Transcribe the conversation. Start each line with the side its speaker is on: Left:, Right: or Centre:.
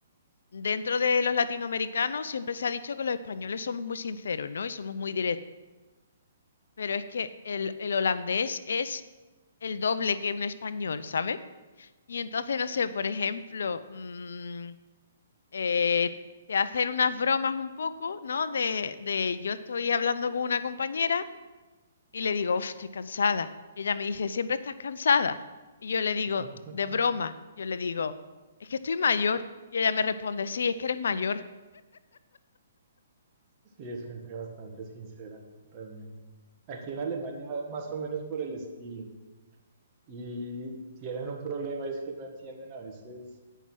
Left: dentro de los latinoamericanos siempre se ha dicho que los españoles somos muy sinceros, ¿no? Y somos muy directos, pero es que el, el holandés es el doble que un español, ¿sabes? Y entonces, no sé, por ejemplo, mm, eh, te hacen unas bromas un poco, ¿no? De, de yo estoy hablando con una compañera. Y le digo, "Uf, estoy cansada. Y ella me dice, ¿siempre estás cansada? Y yo le digo,
Right: <laughs>
Left: de broma, yo le digo, es que estoy mayor. Y ella me responde, sí, es que eres mayor.
Right: Sí, es gente bastante sincera, realmente. Aquí en Alemania, más o menos por el estilo. Y tienen un problema, es que no entienden a veces